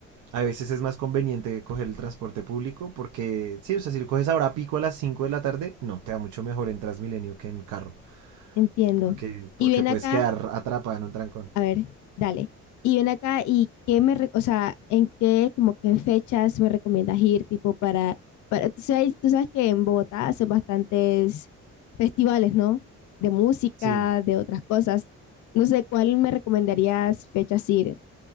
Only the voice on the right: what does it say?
a veces es más conveniente coger el transporte público porque, sí, o sea, si lo coges ahora a pico a las 5 de la tarde, no, te va mucho mejor en Transmilenio que en carro,
porque,
porque
puedes
quedar atrapada en un trancón.
Sí,